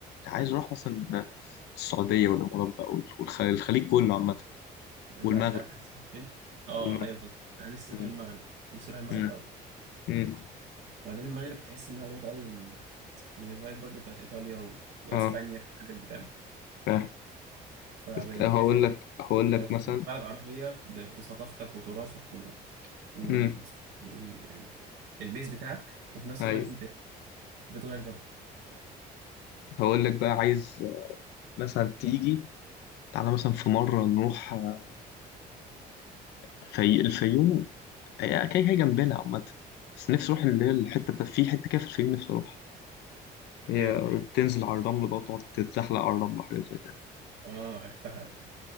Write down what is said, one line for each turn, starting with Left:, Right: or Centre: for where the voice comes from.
Left: عايز أروح مثلا السعودية والإمارات بقى وال- والخ- الخليج كله عامة
Right: لا
Left: والمغرب
Right: انت عارف أنا هسافر فين؟ اه
Left: والمغرب
Right: ايوه بالظبط انا لسه سافر
Left: مم.
Right: المغرب لسه اروح المغرب
Left: مم.
Right: قوي
Left: مم.
Right: وبعدين المغرب تحس انها قريبه قوي من من الفايب برضو بتاعت ايطاليا و... واسبانيا
Left: اه
Right: والحاجات دي فاهم
Left: فاهم
Right: فبتحس
Left: بس هقول
Right: ان انت
Left: لك هقول لك
Right: لو سافرت
Left: مثلا
Right: بلد عربيه ب- بثقافتك وتراثك و... وال...
Left: امم
Right: ال... ال- البيز بتاعك وفي نفس
Left: ايوه
Right: الوقت انت بتغير جو
Left: هقول لك بقى عايز مثلا تيجي تعالى مثلا في مرة نروح آه، في الفيوم هي كده كده جنبنا عامة بس نفسي اروح اللي هي الحتة بتاع- في حتة كده في الفيوم نفسي اروحها هي
Right: فين
Left: بتنزل على الرمل بقى وتقعد تتزحلق على الرمل حاجات زي كده
Right: اه عرفتها عرفتها